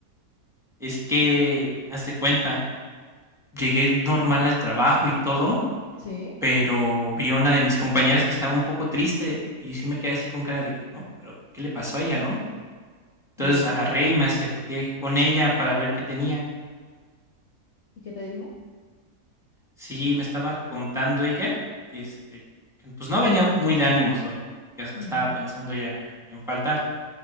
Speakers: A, in the centre; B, on the left (about 60°).
A: Es que, haz de cuenta, llegué normal al trabajo y todo,
B: Sí.
A: pero vi a una de mis compañeras que estaba un poco triste y sí me quedé así con cara de que, no, pero ¿qué le pasó a ella, no? Entonces
B: ¿Y eso?
A: agarré y me acerqué con ella para ver qué tenía.
B: ¿Y qué te dijo?
A: Sí, me estaba contando ella que, este, que, pues no venía muy de ánimos hoy, que hasta
B: Ujú.
A: estaba pensando ya en faltar,